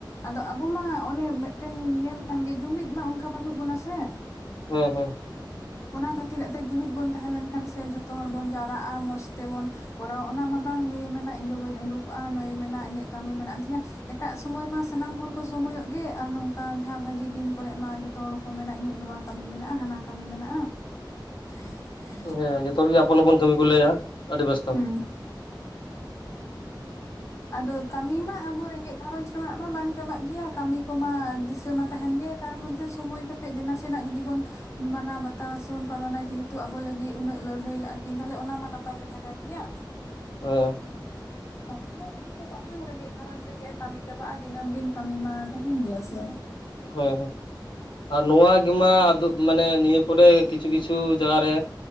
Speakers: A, on the left; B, on the left.
A: ᱟᱫᱚ ᱟᱵᱚ ᱢᱟ ᱚᱱᱮ ᱢᱤᱫᱴᱮᱱ ᱧᱮᱞ ᱠᱟᱱᱜᱮ ᱡᱩᱢᱤᱫ ᱢᱟ ᱚᱝᱠᱟ ᱵᱟᱹᱱᱩᱜ ᱵᱚᱱᱟ ᱥᱮ
B: ᱦᱮᱸ ᱦᱮᱸ
A: ᱚᱱᱟ ᱠᱷᱟᱹᱛᱤᱨ ᱟᱛᱮᱜ ᱡᱩᱢᱤᱫ ᱵᱚᱱ ᱛᱟᱦᱮᱸ ᱞᱮᱱᱠᱷᱟᱱ ᱥᱮ ᱡᱷᱚᱛᱚ ᱦᱚᱲ ᱵᱚᱱ ᱡᱟᱣᱨᱟᱜᱼᱟ ᱢᱚᱸᱡᱽ ᱛᱮᱵᱚᱱ ᱠᱚᱨᱟᱣ ᱚᱱᱟ ᱢᱟ ᱵᱟᱝ ᱱᱩᱭᱮ ᱢᱮᱱᱟ ᱤᱧ ᱫᱚ ᱵᱟᱹᱧ ᱩᱰᱩᱠᱚᱜᱼᱟ ᱱᱩᱭᱮ ᱢᱮᱱᱟ ᱤᱧᱟᱹᱜ ᱠᱟᱹᱢᱤ ᱢᱮᱱᱟᱜ ᱟᱱ ᱛᱤᱧᱟᱹ ᱮᱴᱟᱜ ᱥᱚᱢᱚᱭ ᱢᱟ ᱥᱟᱱᱟᱢ ᱦᱚᱲ ᱠᱚ ᱥᱚᱢᱚᱭᱚᱜ ᱜᱮ ᱟᱨ ᱱᱚᱝᱠᱟ ᱡᱟᱦᱟᱸ ᱵᱷᱟᱜᱤ ᱫᱤᱱ ᱠᱚᱨᱮᱜ ᱢᱟ ᱡᱷᱚᱛ ᱡᱚᱛᱚ ᱦᱚᱲ ᱠᱚ ᱢᱮᱱᱟ ᱤᱧᱟᱹᱜ ᱱᱚᱣᱟ ᱠᱟᱹᱢᱤ ᱢᱮᱱᱟᱜᱼᱟ ᱦᱟᱸᱱᱟ ᱠᱟᱹᱢᱤ ᱢᱮᱱᱟᱜ <inaudible>
B: ᱦᱮᱸ ᱡᱚᱛᱚ ᱜᱮ ᱟᱯᱚᱱ ᱟᱯᱚᱱ ᱠᱟᱹᱢᱤ ᱠᱚ ᱞᱟᱹᱭᱟ ᱟᱹᱰᱤ ᱵᱮᱥᱛᱚ
A: ᱦᱩᱸ
B: <inaudible>
A: ᱟᱫᱚ ᱠᱟᱹᱢᱤ ᱢᱟ ᱟᱵᱚ ᱨᱮᱸᱜᱮᱡ ᱜᱷᱟᱨᱚᱸᱡᱽ ᱨᱮᱱᱟᱜ ᱢᱟ ᱵᱟᱝ ᱪᱟᱵᱟᱜ ᱜᱮᱭᱟ ᱠᱟᱹᱢᱤ ᱠᱚᱢᱟ ᱫᱤᱥᱟᱹ ᱢᱟ ᱛᱟᱦᱮᱱ ᱜᱮ ᱛᱟᱨ ᱢᱚᱫᱽᱫᱷᱮ ᱥᱚᱢᱚᱭ ᱠᱟᱛᱮᱜ ᱜᱮ ᱱᱟᱥᱮᱱᱟᱜ ᱡᱩᱫᱤ ᱵᱚᱱ ᱢᱟᱱᱟᱣ ᱵᱟᱛᱟᱣ ᱥᱮᱵᱚᱱ ᱯᱟᱞᱚᱱᱟ ᱡᱮᱦᱮᱛᱩ ᱟᱵᱚ ᱞᱟᱹᱜᱤᱫ ᱩᱱᱟᱹᱜ ᱞᱟᱹᱲᱦᱟᱹᱭ ᱞᱟᱜᱼᱟ ᱠᱤᱱ ᱛᱟᱦᱚᱞᱮ ᱚᱱᱟ ᱢᱟ ᱱᱟᱯᱟᱭ ᱠᱟᱛᱷᱟ ᱠᱟᱱ ᱜᱮᱸᱭᱟ
B: ᱚᱭ
A: ᱠᱟᱹᱢᱤ ᱢᱟ ᱵᱟᱝ ᱪᱟᱵᱟᱜᱼᱟ ᱨᱮᱸᱜᱮᱡ ᱜᱷᱟᱨᱚᱸᱧᱡᱽ ᱨᱮ ᱪᱮᱜ ᱠᱟᱹᱢᱤ ᱪᱟᱵᱟᱜᱼᱟ ᱫᱤᱱᱟᱹᱢ ᱫᱤᱱ ᱠᱟᱹᱢᱤ ᱢᱟ ᱛᱟᱦᱮᱸᱱ ᱜᱮᱭᱟ ᱥᱮ
B: ᱦᱮᱸ ᱦᱮᱸ ᱟᱨ ᱱᱚᱣᱟ ᱜᱮᱢᱟ ᱟᱫᱩ ᱢᱟᱱᱮ ᱱᱤᱭᱟᱹ ᱠᱚᱨᱮ ᱠᱤᱪᱷᱩ ᱠᱤᱪᱷᱩ ᱡᱟᱭᱜᱟ ᱨᱮ